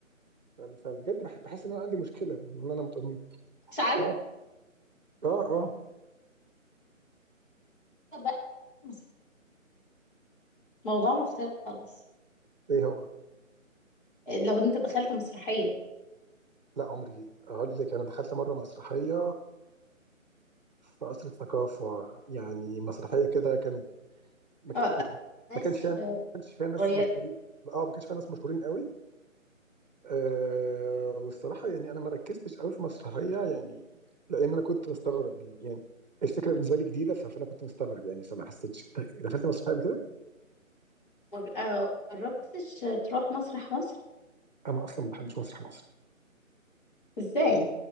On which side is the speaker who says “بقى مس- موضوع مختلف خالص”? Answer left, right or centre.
Left